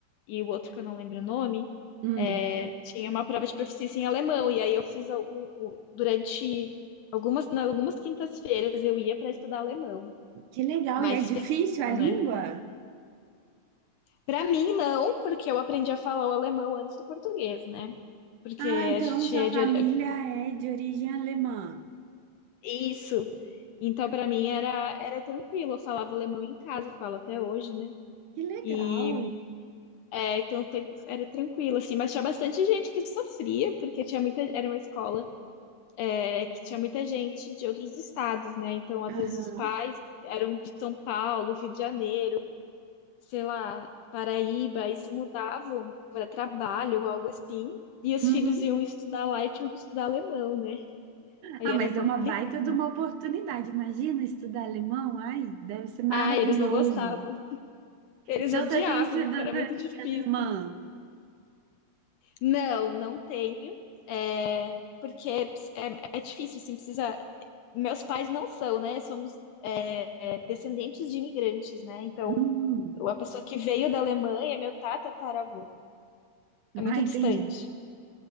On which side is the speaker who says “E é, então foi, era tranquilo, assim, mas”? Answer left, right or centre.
Left